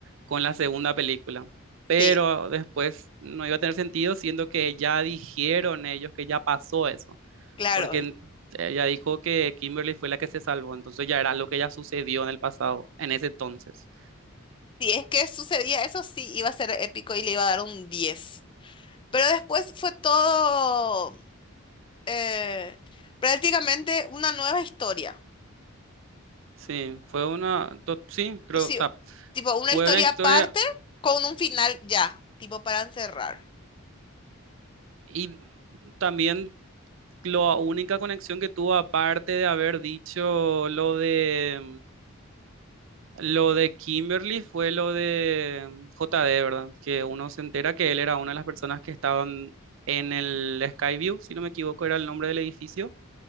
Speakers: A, on the right; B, on the left.
A: con la segunda película. Pero
B: sí,
A: después no iba a tener sentido, siendo que ya dijeron ellos que ya pasó eso,
B: claro.
A: porque
B: y
A: en- ella dijo que Kimberly fue la que se salvó, entonces ya era lo que ya sucedió en el pasado, en ese entonces.
B: Si es que sucedía eso, sí, iba a ser épico y le iba a dar un diez Pero después fue todo eh, prácticamente una nueva historia.
A: Sí, fue una, to- sí, creo,
B: sí,
A: o sea,
B: tipo una
A: fue
B: historia
A: una historia
B: aparte con un final ya, tipo para encerrar.
A: y también la única conexión que tuvo, aparte de haber dicho lo de lo de Kimberly, fue lo de J JD, ¿verdad? Que uno se entera que él era una de las personas que estaban en el Skyview, si no me equivoco, era el nombre del edificio.